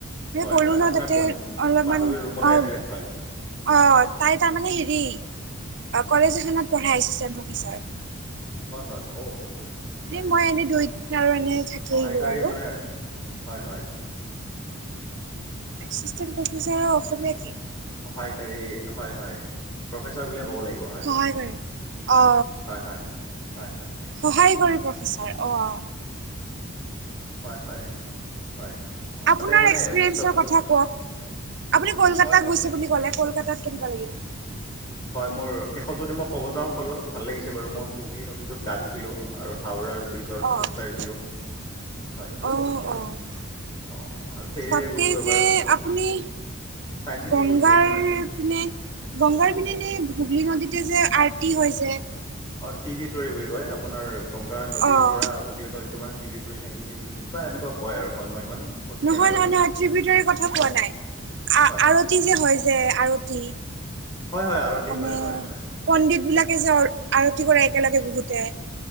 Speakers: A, on the right; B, on the left.
A: এ,
B: হয়
A: ক'লো
B: হয়
A: ন,
B: আপোনাৰ
A: তাতে
B: বন
A: অলপমান
B: বান্ধৱীৰ ৰুমতে
A: অ,
B: আছিলে হয়
A: অ, তাই তাৰমানে হেৰি, কলেজ এখনত পঢ়াই এচিষ্টেণ্ট প্ৰফেচাৰ।
B: হয়, হয়, অ, অ, হয়
A: এ, মই এনে, দুই দিন আৰু এনে থাকি
B: সহায়কাৰী
A: আহিলো আৰু
B: মানে, হয়, হয়।
A: এচিষ্টেণ্ট প্ৰফেচাৰৰ অসমীয়া কি?
B: সহায়কাৰী হয়, হয় প্ৰফেচাৰ বুলিয়ে ক'ব লাগিব। হয়
A: সহায়কাৰী অ,
B: হয়, হয়। হয়, হয়
A: সহায় কৰিব প্ৰফেচাৰ অহ,
B: হয়, হয়, হয়। অ'
A: আপোনাৰ
B: তাতে মানে
A: এক্সপিৰিয়েঞ্চৰ
B: বিশ্ববিদ্যালয়
A: কথা কওঁক, আপুনি কলকাতাত
B: হয় মই
A: গৈছে
B: যদি
A: বুলি ক'লে কলকাতাত কেনেকুৱা লাগিল?
B: হয়, মোৰ শেষত যদি মই ক'ব যাওঁ কলকাতাত ভাল লাগিছে বাৰু মই শুগলী নদীটোত গা ধুইছিলো আৰু হাওৰাৰ ব্ৰীজত
A: অ',
B: খোজ কাঢ়িছিলোঁ হয়।
A: অ', অ',
B: অ', অ', আৰু ফেৰীৰে
A: তাতে
B: গৈছোঁ এবাৰ।
A: যে আপুনি
B: চাইন্স চিটি
A: গংগাৰ
B: গৈছোঁ হয়।
A: পিনে গংগাৰ পিনেনে, হুগলী নদীতে যে আৰটি হয় যে।
B: অ', টি বি তৰি বুলি কয়। আপোনাৰ গংগা
A: অ',
B: নদীৰ পৰা হুগলী নদীত মানে টি তৰি নে কিবা এনেকুৱা কয় আৰু হয় মই ইমান সঠিককে
A: নহয়
B: নাজানো
A: নহয় নহয়, ত্ৰি ভি টৰি কথা কোৱা নাই।
B: হয় হয়
A: আৰতি যে হয় যে, আৰতি।
B: হয় হয়, আৰতি
A: মানে
B: হয় হয় হয়।
A: পণ্ডিত বিলাকে যে আৰতি কৰে একেলগে বহুতে।